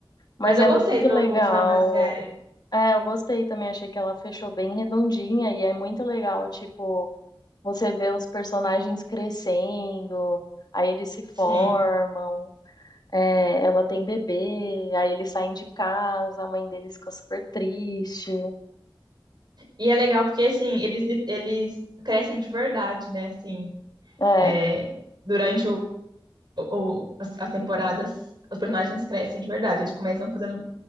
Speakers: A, on the left (about 50°); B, on the right (about 55°).
A: Mas
B: Mas eu
A: é
B: gostei
A: muito
B: do
A: legal.
B: final da série,
A: É, eu gostei também, achei que ela fechou bem redondinha e é muito legal, tipo, você vê os personagens crescendo, aí eles se formam,
B: sim.
A: é, ela tem bebê, aí eles saem de casa, a mãe deles fica super triste.
B: E é legal porque, assim, eles, eles crescem de verdade, né? Assim,
A: É,
B: é, durante o, o- as, as temporadas, os personagens crescem de verdade. Eles começam fazendo